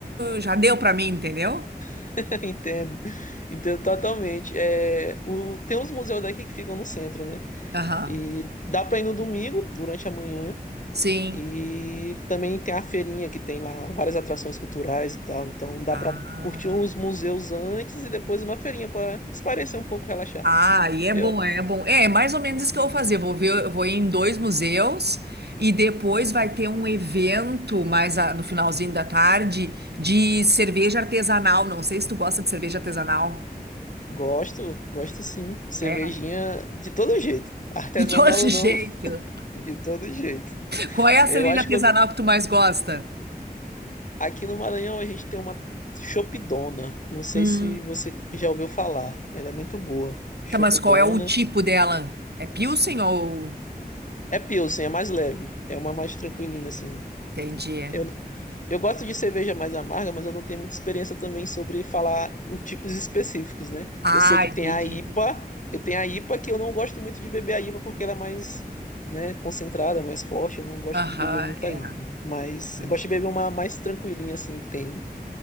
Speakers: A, on the right; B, on the left.
A: Já deu pra mim, entendeu?
B: <laughs> entendo. Entendo totalmente. É, o, tem uns museus daqui que ficam no centro, né?
A: Aham.
B: E dá para ir no domingo, durante a manhã.
A: Sim.
B: E também tem a feirinha que tem lá várias atrações culturais e tal. Então dá
A: Ah.
B: pra curtir uns museus antes e depois uma feirinha pra se parecer um pouco, relaxar.
A: Ah, e é
B: Eu
A: bom, é bom. É, é mais ou menos isso que eu vou fazer. Vou ver, eu vou ir em dois museus e depois vai ter um evento mais a- no finalzinho da tarde de cerveja artesanal. Não sei se tu gosta de cerveja artesanal.
B: gosto, gosto sim. Cervejinha
A: É,
B: de todo jeito, artesanal
A: de todo
B: ou
A: <laughs>
B: não,
A: jeito.
B: <laughs> de todo jeito.
A: Qual é a
B: Eu
A: cerveja
B: acho
A: artesanal
B: que eu-
A: que tu mais gosta?
B: aqui no Maranhão a gente tem uma Chopdona. Não sei
A: Hum.
B: se você já ouviu falar. Ela é muito boa. Chopdona.
A: Tá, mas qual é o tipo dela? É Pilsen ou...
B: É Pilsen, é mais leve. É uma mais tranquilinha assim.
A: Entendi.
B: Eu, Eu gosto de cerveja mais amarga, mas eu não tenho muita experiência também sobre falar os tipos específicos, né?
A: Ah,
B: Eu sei que
A: entendi.
B: tem a IPA, eu tenho a IPA que eu não gosto muito de beber a IPA porque ela é mais, né, concentrada, mais forte, eu não gosto
A: Aham,
B: de beber muita
A: é.
B: IPA. Mas
A: verdade.
B: eu gosto de beber uma mais tranquilinha assim, que tem,